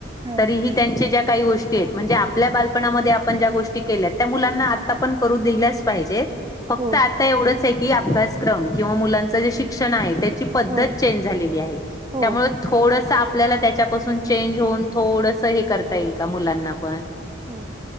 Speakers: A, on the right; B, on the left.
A: हा
B: तरीही त्यां ज्या. गोष्टी म्हणजे आपल्या बालपणामध्ये आपण ज्या गोष्टी केल्या त्या मुलांना. ण करू दिल्याच पाहिजे फक्त.
A: हो
B: आता एवढच आहे की अभ्यासक्रम किंवा मुलांचं जे शिक्षण आहे त्याची पद्धत
A: हो
B: चेंज झालेली आहे.
A: हो
B: त्यामु थोडस आपल्याला त्याच्यापासून चेंज होऊन थोडसं हे करता येईल का मुलांना पण.
A: हो